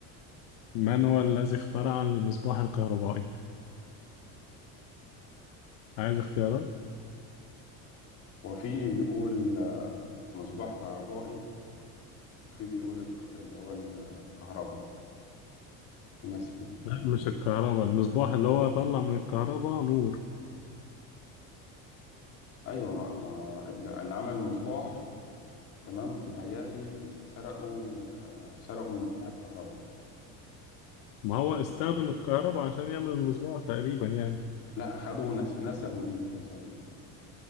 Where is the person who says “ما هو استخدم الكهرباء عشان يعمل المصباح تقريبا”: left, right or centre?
Left